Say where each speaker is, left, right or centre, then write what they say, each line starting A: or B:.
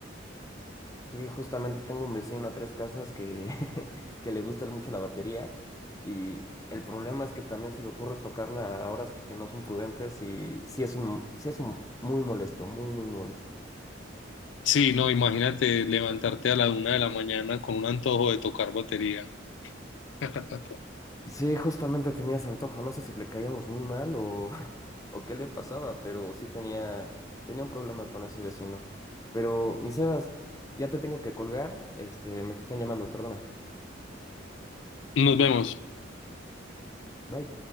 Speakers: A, on the left; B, on the left.
A: Sí, justamente tengo un vecino a tres casas que, <laughs> que le gusta mucho la batería y el problema es que también se le ocurre tocarla a horas que no son prudentes y sí es un, sí es un muy molesto, muy, muy molesto.
B: Sí, no, imagínate levantarte a la una de la mañana con un antojo de tocar batería. <laughs>
A: Sí, justamente tenía ese antojo, no sé si le caíamos muy mal o, o qué le pasaba, pero sí tenía, tenía un problema con ese vecino. Pero, mi Sebas, ya te tengo que colgar, este, me están llamando, perdona.
B: Nos vemos.
A: Bye.